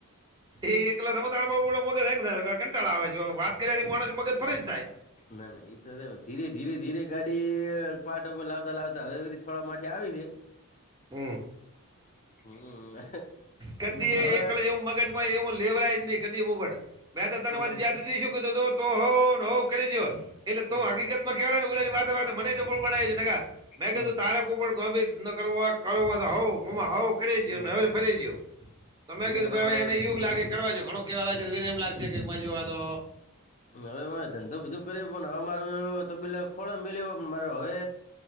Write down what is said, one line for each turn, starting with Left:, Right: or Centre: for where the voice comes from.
Right: એ એકલા તમે તારા બાડો મગજ થાય કંટાળા આવે છે વાત કર્યા થી માણ મગજ ફરીજ થાય.
Left: ના ના એ તો થ ધીરે ધીરે ધીરે ગાડી ઈ પાતા ઉપર લાવતા લાવતા હવે થોડા માથે આવી હે.
Right: <unintelligible> હ
Left: હમ
Right: કદી
Left: હવે
Right: એક કલેવ મગજ એવું લેવરાય જ નહી કદી પોબટ મેં તો તન
Left: હમ
Right: વાત જયાતશું કીધુંતું તો હોવ હોવ કરી જો એટલે તો
Left: હમ
Right: હકીકતમાં કેવા નેલાની વા વા મને ડફોળ બનાઇ જાનેકા. મેં
Left: હમ
Right: કીધું તારેા પોપટ કોઈ ભી ન કરવુ હક કરવુ હો હોવ ઘુમા હોવ કરેજો
Left: હમ
Right: ન ફરે જયો. તમે
Left: ના
Right: કીધું
Left: ના
Right: હવે
Left: મારે
Right: એને
Left: બધું
Right: યુગ
Left: બધું
Right: લાગે
Left: બધું
Right: કરવા જો ઘણું કેવા લાગ છેને એમ લાગશે કે માજી વાતો
Left: હવે મારે ધંધો બધો કર્યો પણ હવે માર તબીલા ખોડા મે લેવા પણ મા હવે